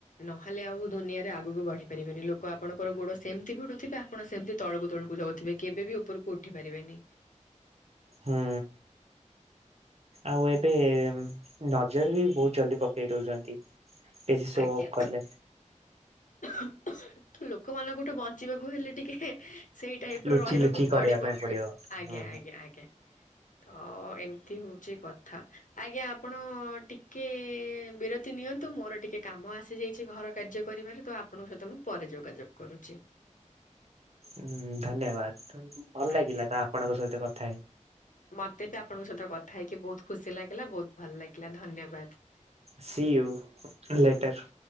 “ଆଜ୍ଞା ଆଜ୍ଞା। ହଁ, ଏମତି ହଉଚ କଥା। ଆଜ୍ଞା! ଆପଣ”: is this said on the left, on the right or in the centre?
Left